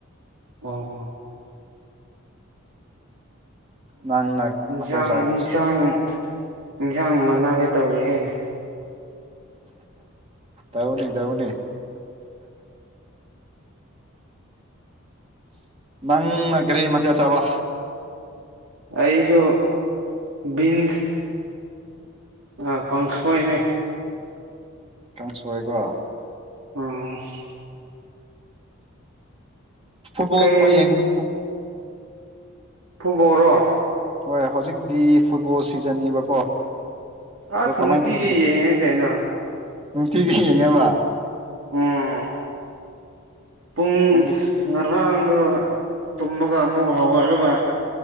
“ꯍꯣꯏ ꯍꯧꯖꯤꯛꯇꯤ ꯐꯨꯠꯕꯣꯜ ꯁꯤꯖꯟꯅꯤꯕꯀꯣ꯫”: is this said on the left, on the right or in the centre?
Right